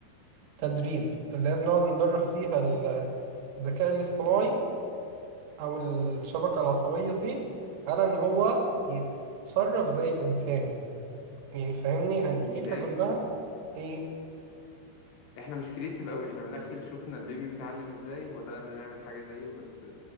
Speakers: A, on the right; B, on the left.
A: التدريب اللي هي بنقعد ندرب فيها ال- الذكاء الاصطناعي أو الشبكة العصبية دي على إن هو يتصرف زي الإنسان يعني فاهمني
B: جميل
A: يعني الفكرة
B: يعني
A: كلها
B: احنا
A: إيه
B: احنا مش كريتيف قوي احنا من الاخر شفنا البيبي بيتعلم ازاي وبدأنا نعمل حاجة زيه بس